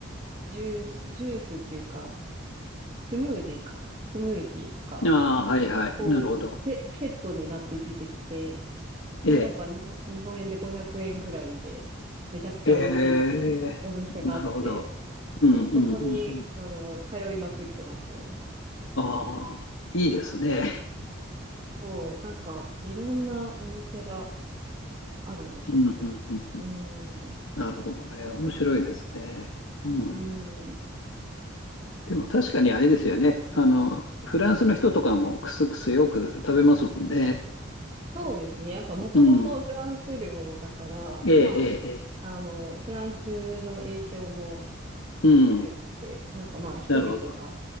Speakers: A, on the right; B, on the left.
A: ジュース、ジュースっていうか、スムージーか、スムージーとか、
B: ああ、はいはい、
A: こう、
B: なるほど、
A: セ、セットになって出てきて、で、
B: ええ、
A: なんか日本、日本円で500円ぐらいで、めちゃくちゃ美味しいっていうお店があって、
B: ええ、なるほど、うんうんうんうん、
A: そう、そこに、あの、通いまくってましたね。
B: ああ、いいですね、
A: うんそう、なんか、いろんなお店があるんですよね。
B: <laughs> うんうんうんうん、
A: うん。
B: なるほどね、面白いですね、うん、
A: うん。
B: でも確かにあれですよね、あの、フランスの人とかもクスクスよく食べますもんね。
A: そうですね。やっぱもともとフランス領だから、
B: うん。ええ、
A: ま
B: ええ、ええ。
A: あ、あの、フランスの影響も
B: うん。
A: 強くて、なんかまあ人々が
B: なるほど。